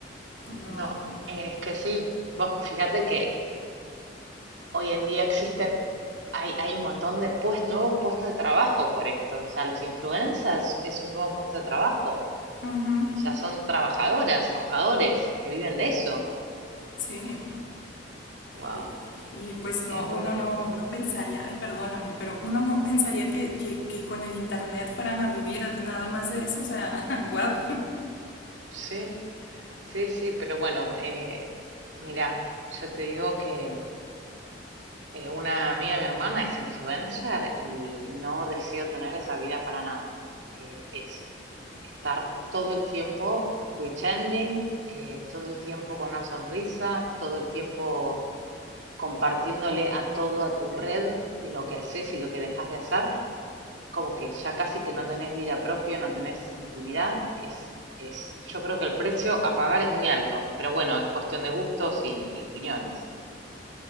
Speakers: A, on the left; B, on the right.
A: No.
B: no. Eh, Es que sí. Vos fíjate que Hoy en día existen, hay, hay un montón de pues, nuevos puestos de trabajo por esto. O sea, los influencers es un nuevo puesto de trabajo.
A: Uh -huh.
B: O sea, son trabajadoras, trabajadores que viven de eso.
A: Sí.
B: Wow,
A: Y, y, pues no,
B: es muy,
A: uno no, no pensaría, ay perdóname, pero uno no pensaría que, que, que con el internet fueran a vivir nada más de eso. O sea, <laughs> wow.
B: sí, sí, sí, pero bueno, eh, mirá, yo te digo que Eh, una amiga de mi hermana es influencer y no deseo tener esa vida para nada. Eh, es estar todo el tiempo pretending, eh, todo el tiempo con una sonrisa, todo el tiempo compartiéndole a todo a tu red lo que haces y lo que dejas de hacer. Es como que ya casi que no tenés vida propia, no tenés intimidad. Es, es, yo creo que el precio a pagar es muy alto, pero bueno, es cuestión de gustos y, y opiniones.